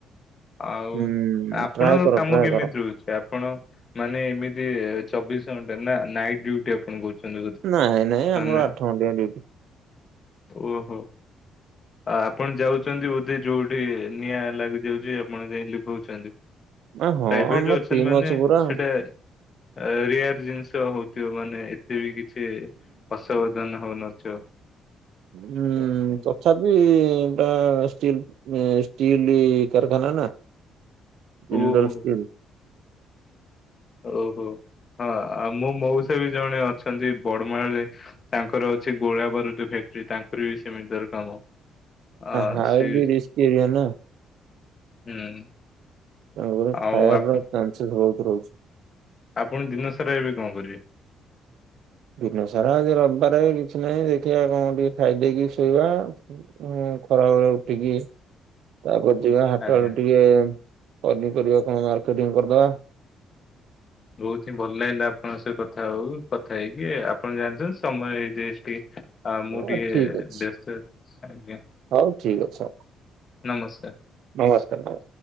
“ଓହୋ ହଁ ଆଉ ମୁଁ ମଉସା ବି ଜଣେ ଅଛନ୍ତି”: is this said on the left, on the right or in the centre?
Left